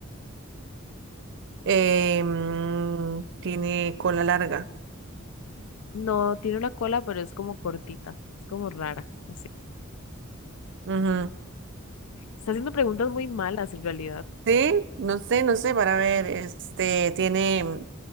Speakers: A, on the right; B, on the left.
A: Eh, mm, tiene cola larga.
B: no, tiene una cola, pero es como cortita, es como rara, no sé.
A: Ujú.
B: Está haciendo preguntas muy malas en realidad.
A: Sí, no sé, no sé, para ver, este, tiene,